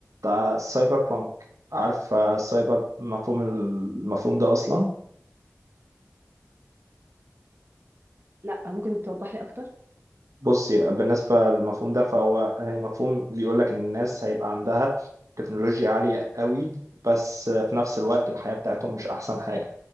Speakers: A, on the right; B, on the right.
A: السايبر بانك عارفة السايبر مفهوم المفهوم ده أصلا؟
B: لا ممكن توضح لي اكتر
A: بصي بالنسبة للمفهوم ده فهو مفهوم بيقول لك إن الناس هيبقى عندها تكنولوجيا عالية قوي بس في نفس الوقت الحياة بتاعتهم مش أحسن حاجة